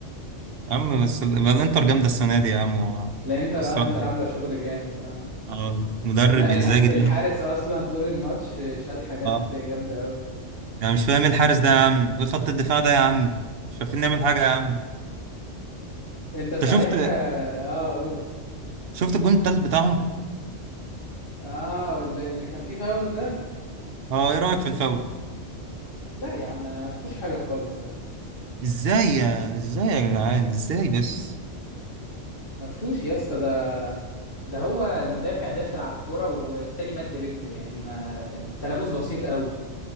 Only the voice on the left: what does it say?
<laughs> لا انتر
اه انتر
عاملة شغل جامد اه
لا الح...
الحارس
اصلا طول الماتش شال حاجات
جامدة قوي
انت صحيح
اه آه، قول
اه اللي اللي كان فيه فاول ده
لا يا عم انا ما فيهوش حاجه خالص ده
ما فيهوش يا اسطى ده ده هو المدافع داخل على الكوره والتاني مد رجله يعني ما التلامس بسيط قوي